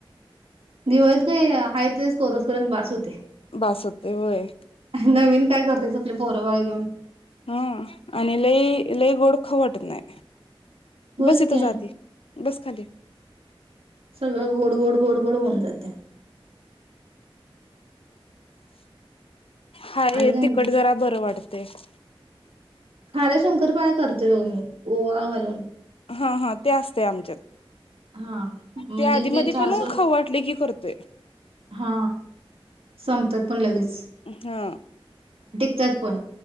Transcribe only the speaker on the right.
दिवाळीत काय आहेा तेच कोरसपर्यंत बास होते.
नवीन काय करतेस आपली पोरं बाळ घेऊन.
होयच
की
सगळं गोड गोड गोड गोड होऊन जाते.
आणि
काय
म्हणतेस?
सध्या शंकरपाळ्या करतोय ओ मी ओवा घालून.
हा म्हणजे
ते चहा
सो
हा संपतात पण लगेच.
त्यात पण.